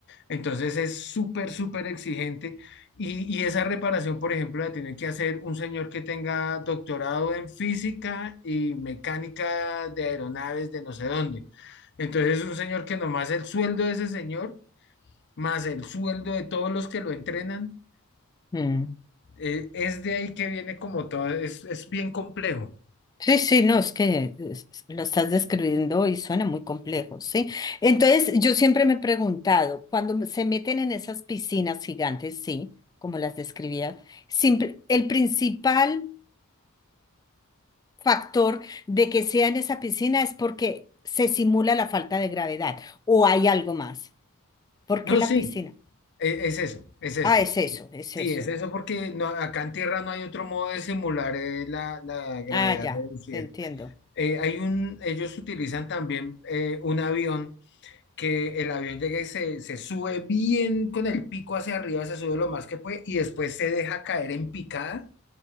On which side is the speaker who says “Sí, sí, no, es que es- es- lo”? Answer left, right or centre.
Left